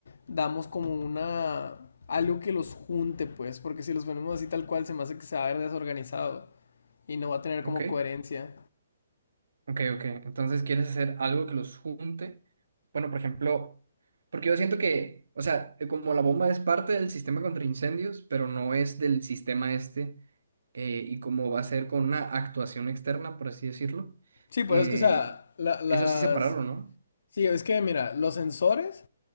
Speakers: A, on the left; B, on the right.
A: damos como una algo que los junte, pues, porque si los ponemos así tal cual se me hace que se va a ver desorganizado. y no va a tener como
B: ok.
A: coherencia.
B: Ok, ok. Entonces, ¿quieres hacer algo que los junte? Bueno, por ejemplo, porque yo siento que, o sea, eh, como la bomba es parte del sistema contra incendios, pero no es del sistema este, eh, y como va a ser con una actuación externa, por así decirlo,
A: Sí, pues
B: eh,
A: es que, o sea, la- las...
B: eso sí separarlo, ¿no?
A: Sí, es que, mira, los sensores,